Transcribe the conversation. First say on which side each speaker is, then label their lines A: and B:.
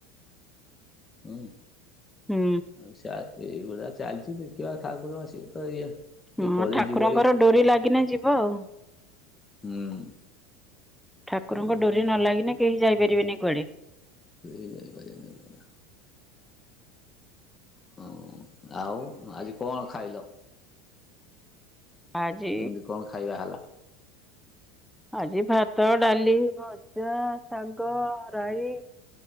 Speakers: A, on the left; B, in the centre.
A: ହୁଁ।
B: ହୁଁ।
A: ସା ଏଇ ଭଳିଆ ଚାଲିଚି ଦେଖିବା ଠାକୁରଙ୍କ ସିଏ ତ ଇଏ
B: ହଁ,
A: ଏ କଳି
B: ଠାକୁରଙ୍କର
A: ଯୁଗରେ
B: ଡୋରି ଲାଗିନେ ଯିବ ଆଉ।
A: ହୁଁ।
B: ଠାକୁରଙ୍କ
A: ଏଭଳିଆ
B: ଡୋରି ନ ଲାଗିନେ କେହି ଯାଇପାରିବେନି କୁଆଡେ।
A: କେହି ଯାଇପାରିବେନି। ଏଭଳିଆ। ହଁ ଆଉ ଆଜି କଣ ଖାଇଲ?
B: ଆଜି
A: କେମିତି କଣ ଖାଇବା ହେଲା?
B: ଆଜି ଭାତ, ଡାଲି, ଭଜା, ଶାଗ ରାଇ